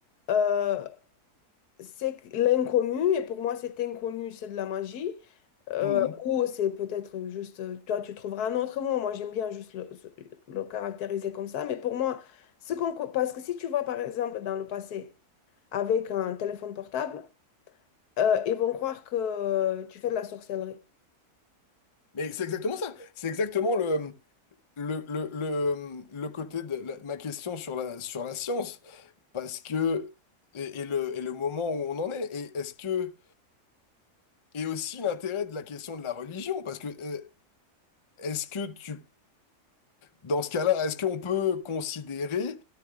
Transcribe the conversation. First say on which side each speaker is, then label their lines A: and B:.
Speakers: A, on the left; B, on the left.
A: euh, c'est l'inconnu, et pour moi, cet inconnu, c'est de la magie. Euh,
B: Mhm.
A: ou c'est peut-être juste, euh, toi, tu trouveras un autre mot. Moi, j'aime bien juste le, ce- le caractériser comme ça. Mais pour moi, ce qu'on, co- parce que si tu vas, par exemple, dans le passé, avec un téléphone portable, euh, ils vont croire que tu fais de la sorcellerie.
B: Mais c'est exactement ça. C'est exactement le, le, le, le, le côté de la- ma question sur la, sur la science. Parce que et, et le, et le moment où on en est. Et est-ce que Et aussi l'intérêt de la question de la religion, parce que euh, est-ce que tu, dans ce cas-là, est-ce qu'on peut considérer